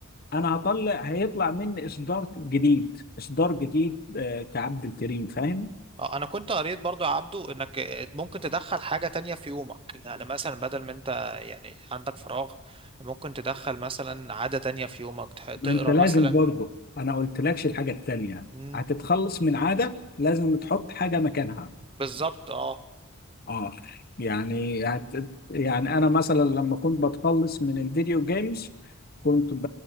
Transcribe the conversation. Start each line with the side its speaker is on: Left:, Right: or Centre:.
Left: انا هطلع هيطلع مني اصدار جديد اصدار جديد آه، كعبد الكريم فاهم
Right: اه انا كنت قريت برضو يا عبدو انك ممكن تدخل حاجة تانية في يومك يعني مثلا بدل ما انت يعني عندك فراغ ممكن تدخل مثلا عادة تانية في يومك تح-
Left: ما
Right: تقرا
Left: انت لازم
Right: مثلا
Left: برضه انا قلت لكش الحاجة التانية
Right: مم.
Left: هتتخلص من عادة لازم تحط حاجة مكانها
Right: بالظبط اه
Left: اه يعني هت... يعني انا مثلا لما كنت بتخلص من الفيديو جيمز كنت ب...